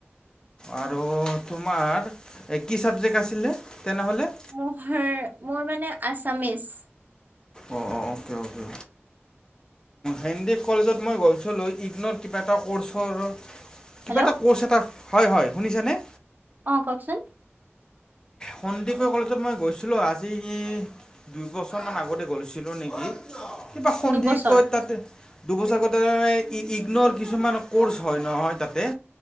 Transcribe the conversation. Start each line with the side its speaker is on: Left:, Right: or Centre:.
Left: আৰু তোমাৰ এ কি চাবজেক্ট আছিলে? তেনেহ'লে?
Right: মোৰ মোৰ মানে আছামিচ।
Left: অ' অ' অ' অএকে, অএকে। হেণ্ডি কলেজত মই গৈছিলোঁ, ইগনৰৰ কিবা এটা ক'ৰ্চৰ।
Right: হেল্ল'
Left: কিবা এটা কৰ্চ এটা হয়, হয় শুনিছানে?
Right: অ' কওঁকচোন
Left: সন্দিকৈ কলেজত মই গৈছিলোঁ, আজি দুইবছৰমান আগতে গৈছিলোঁ নেকি? কিবা সন্ধিকৈয়
Right: দুবছৰ
Left: তাতে দুবছৰ আগতে ইগ ইগনৰ কিছুমান ক'ৰ্চ হয় নহয় তাতে